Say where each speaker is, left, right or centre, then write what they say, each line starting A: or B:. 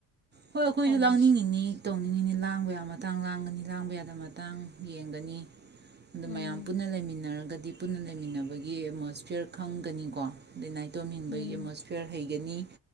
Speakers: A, on the right; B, on the left.
A: ꯍꯣꯏ ꯑꯩꯈꯣꯏꯁꯨ
B: ꯍꯣꯏꯁ
A: ꯂꯥꯪꯅꯤꯡꯉꯤꯅꯤ ꯇꯧꯅꯤꯡꯉꯤꯅꯤ ꯂꯥꯡꯕ ꯌꯥ ꯃꯇꯥꯡ ꯂꯥꯡꯒꯅꯤ ꯂꯥꯡꯕ ꯌꯥꯗꯕ ꯃꯇꯥꯡ ꯌꯦꯡꯒꯅꯤ ꯑꯗꯨ
B: ꯎꯝ
A: ꯃꯌꯥꯝ ꯄꯨꯟꯅ ꯂꯩꯃꯤꯟꯅꯔꯒ ꯒꯗꯤ ꯄꯨꯟꯅ ꯂꯩꯃꯤꯟꯅꯕꯒꯤ ꯑꯦꯠꯃꯣꯁꯐꯤꯌꯔ ꯈꯪꯒꯅꯤꯀꯣ ꯑꯗꯩ ꯅꯥ ꯇꯣꯝꯅꯤꯡꯕꯒꯤ
B: ꯎꯝ
A: ꯑꯦꯠꯃꯣꯁꯐꯤꯌꯔ ꯍꯩ ꯒꯅꯤ